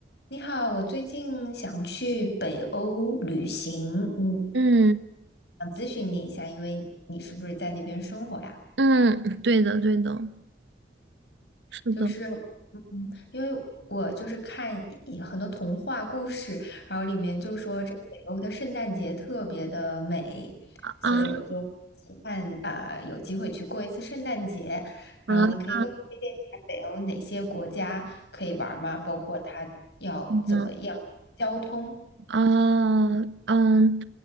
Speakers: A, on the left; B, on the right.
A: 你好，我最近想去北欧旅行，嗯，
B: 嗯
A: 想咨询你一下，因为你是不是在那边生活呀？
B: 嗯，懂懂
A: 就是，嗯，因为我就是看一很多童话故事，然后里面就说这北欧的圣诞节特别的美，所以我就期盼啊，
B: 啊
A: 有机会去过一次圣诞节。然后你可以给我推荐一下北欧哪些国家可以玩儿吗？
B: 啊
A: 包括它要怎么样交通？
B: 嗯哦嗯，